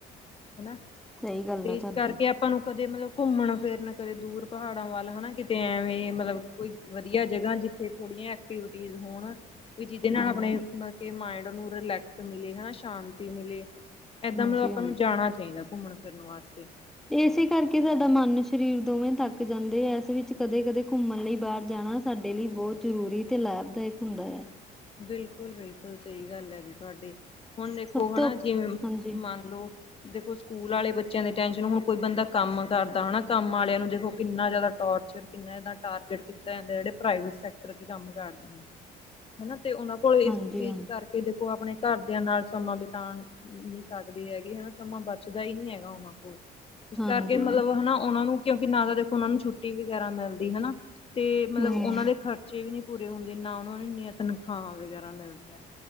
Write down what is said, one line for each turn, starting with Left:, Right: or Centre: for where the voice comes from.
Left: ਹਨਾਂ
Centre: ਸਹੀ ਗੱਲ
Left: ਤੇ
Centre: ਆ
Left: ਇਸ
Centre: ਤੁਹਾਡੀ
Left: ਕਰਕੇ ਆਪਾਂ ਨੂੰ ਕਦੇ ਮਤਲਬ ਘੁੰਮਣ-ਫਿਰਨ, ਕਦੇ ਦੂਰ ਪਹਾੜਾਂ ਵੱਲ ਹਨਾਂ ਕਿਤੇ ਐਵੇਂ ਮਤਲਬ ਕੋਈ ਵਧੀਆ ਜਗ੍ਹਾ ਜਿੱਥੇ ਥੋੜੀਆਂ ਐਕਟੀਵਿਟੀਸ ਹੋਣ ਵੀ ਜਿਹਦੇ ਨਾਲ
Centre: ਹਾਂਜੀ,
Left: ਆਪਣੇ ਮਤਲਬ ਕਿ ਮਾਇੰਡ ਨੂੰ ਰਿਲੈਕਸ ਮਿਲੇ, ਹਨਾਂ ਸ਼ਾਂਤੀ ਮਿਲੇ। ਏਦਾਂ
Centre: ਹਾਂਜੀ
Left: ਮਤਲਬ ਆਪਾਂ
Centre: ਹਾਂਜੀ।
Left: ਨੂੰ ਜਾਣਾ ਚਾਈਦਾ ਘੁੰਮਣ-ਫਿਰਨ ਵਾਸਤੇ।
Centre: ਇਸੇ ਕਰਕੇ ਸਾਡਾ ਮਨ ਸਰੀਰ ਦੋਵੇਂ ਤੱਕ ਜਾਂਦੇ ਏ ਇਸ ਵਿੱਚ ਕਦੇ-ਕਦੇ ਘੁੰਮਣ ਲਈ ਬਾਹਰ ਜਾਣਾ। ਸਾਡੇ ਲਈ ਬੋਤ ਜ਼ਰੂਰੀ ਤੇ ਲਾਭਦਾਇਕ ਹੁੰਦਾ ਐ।
Left: ਬਿਲਕੁਲ। ਬਿਲਕੁਲ ਬਿਲਕੁਲ ਸਹੀ ਗੱਲ ਐ ਜੀ ਤੁਹਾਡੀ ਹੁਣ ਦੇਖੋ
Centre: ਸਭ ਤੋਂ
Left: ਹਨਾ ਜਿਵੇਂ
Centre: ਹਾਂਜੀ,
Left: ਮੰਨ ਲਓ ਦੇਖੋ ਸਕੂਲ ਵਾਲੇ ਬੱਚਿਆਂ ਦੇ ਟੈਸ਼ਨ ਹੁਣ ਕੋਈ ਬੰਦਾ ਕੰਮ ਕਰਦਾ ਹਨਾ, ਕੰਮ ਵਾਲਿਆਂ ਨੂੰ ਦੇਖੋ ਕਿੰਨਾ ਜ਼ਿਆਦਾ ਟੋਰਚਰ ਕਿਨਾਂ ਜਿਆਦਾ ਟਾਰਗੇਟ ਕੀਤਾ ਜਾਂਦਾ ਜਿਹੜੇ ਪ੍ਰਾਈਵੇਟ ਸੈਕਟਰ ਚ ਕੰਮ ਕਰਦੇ ਨੇ। ਹੈਨਾ ਤੇ ਉਹਨਾਂ ਕੋਲ ਇਸ
Centre: ਹਾਂਜੀ,
Left: ਚੀਜ਼
Centre: ਹਾਂਜੀ।
Left: ਕਰਕੇ ਦੇਖੋ ਆਪਣੇ ਘਰਦਿਆਂ ਨਾਲ ਸਮਾਂ ਬਿਤਾਣ ਨੀ ਸਕਦੇ ਹੈਗੇ ਹੈਨਾਂ, ਸਮਾਂ ਬਚਦਾ ਈ ਨ੍ਹੀਂ ਹੈਗਾ ਉਹਨਾਂ ਕੋਲ। ਇਸ
Centre: ਹਾਂਜੀ,
Left: ਕਰਕੇ ਮਤਲਬ ਉਨਾ ਉਹਨਾਂ ਨੂੰ ਕਿਉਂਕਿ ਨਾ ਤਾਂ ਦੇਖੋ ਉਨਾਂ ਨੂੰ ਛੁੱਟੀ ਵਗੈਰਾ ਮਿਲਦੀ ਹੈ ਨਾ। ਤੇ ਮਤਲਬ
Centre: ਹੂੰ,
Left: ਉਹਨਾਂ ਦੇ ਖਰਚੇ ਵੀ ਨੀ ਪੂਰੇ ਹੁੰਦੇ ਨਾ ਉਹਨਾਂ ਨੀ ਤਨਖਾਹਾਂ ਵਗੈਰਾ ਮਿਲਦੀਆਂ ਨੇ,